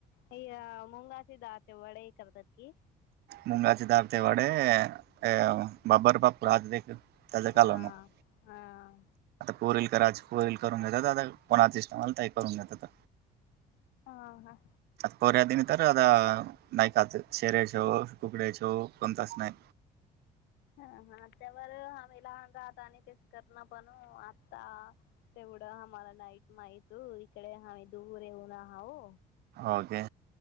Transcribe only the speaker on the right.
मुंगाचे दब ते वडे अ बबर बापू आ दे -- त्याल
काल न --
कोरल करा कोर करून घेतात आता <unintelligible> कोणाच इम आला करून घेत
पोहऱ्या दिनी तर आता नाही खात शेऱ्याच कुकड्याच कोणताच नाही.
ओके.